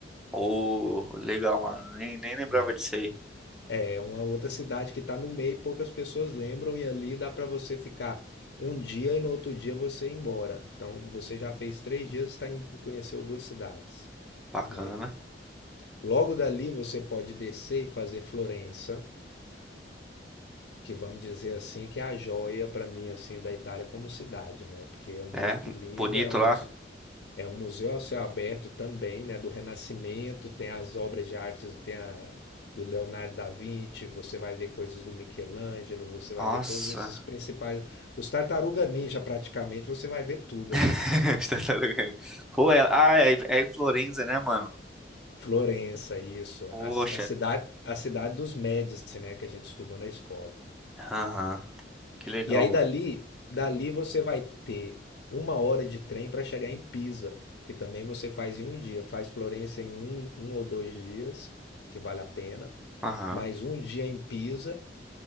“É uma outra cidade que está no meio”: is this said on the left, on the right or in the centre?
Left